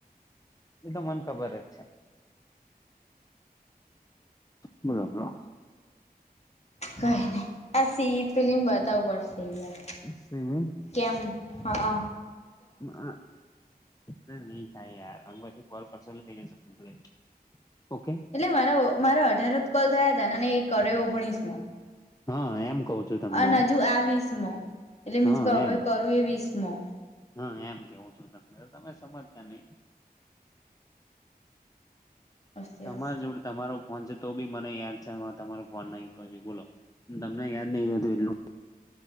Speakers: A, on the left (about 20°); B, on the left (about 40°).
A: એતો મને ખબર જ છે. બોલો બોલો
B: કઈ નઈ, એસી ફિલ્મ બતાવ પડશે યાર
A: સિમિ
B: કેમ હ અ
A: માં હ નહી થાય યાર આ પછી કોલ કરશો એ થઈ જશે કમ્પ્લેટ ઓકે.
B: એટલે મારા મારા અઢાર જ કોલ થયા હતા અને એક. કર્યો ઓગણીસમો
A: હા એમ કઉ છું તમને
B: અને હજુ આવીસ મો. એટલે મીજ
A: હા
B: કે અભય
A: એમ
B: કરું એ વીસમો.
A: હા એમ કેવું છું તમને તમે સમજતા નહી.
B: હશે
A: તમારા
B: હશે
A: જોડે. તમારો ફોન છે તો બી મને યાદ છે તમારો ફોન નહી તો બી બોલો તમને યાદ નહી હોતું એટલું.